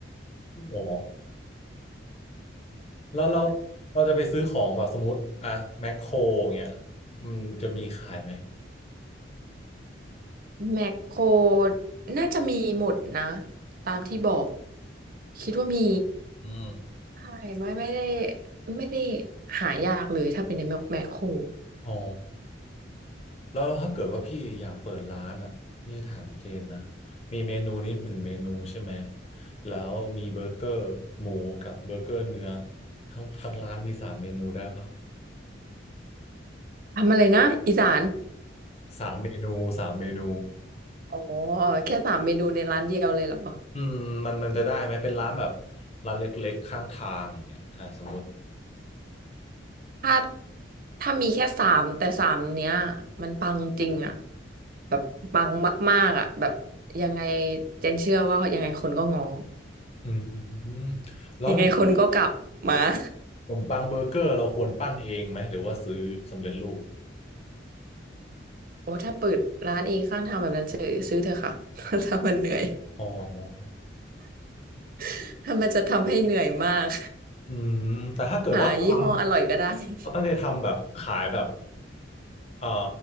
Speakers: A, on the left; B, on the right.
A: โอ้แล้วเราเราจะไปซื้อของแบบสมมติอะแมคโครเงี้ยมันจะมีขายไหม
B: <laughs> แมคโครน่าจะมีหมดนะตามที่บอกคิดว่ามี
A: อืม
B: ใช่ไม่ไม่ได้ไม่ได้หายากเลยถ้าเป็นในแมคแมคโคร
A: อ๋อแล้วถ้าเกิดว่าพี่อยากเปิดร้านอ่ะนี่ถามเจนนะมีเมนูนี้หนึ่งเมนูใช่ไหมแล้วมีเบอร์เกอร์หมูกับเบอร์เกอร์เนื้อทั้งทั้งร้านมีสามเมนูได้ปะ
B: ทำอะไรนะอีสาน
A: สามเมนูสามเมนู
B: อ๋อแค่สามเมนูในร้านเดียวเลยเหรอ
A: อืมมันมันจะได้ไหมเป็นร้านแบบร้านเล็กๆข้างทางเนี่ยอ่าสมมติ
B: ถ้าถ้ามีแค่สามแต่สามเนี้ยมันปังจริงอะแบบปังมากๆอะแบบยังไงเจนเชื่อว่ายังไงคนก็งอ
A: อืมแล้วขนม
B: ยังไงคนก็กลับมา <laughs>
A: ขนมปังเบอร์เกอร์เราควรปั้นเองไหมหรือว่าซื้อสำเร็จรูป
B: โอ้ถ้าเปิดร้านเองข้างทางแบบนั้นซื้อซื้อเถอะค่ะ <laughs> ถ้ามันเหนื่อย
A: อ๋อ
B: <laughs> ถ้ามันจะทำให้เหนื่อยมาก
A: อืมแต่ถ้าเกิดว่าเราท
B: <laughs> หายี่ห้ออร่อยก็ได้ <laughs>
A: ำเราตั้งใจทำแบบขายแบบอ่า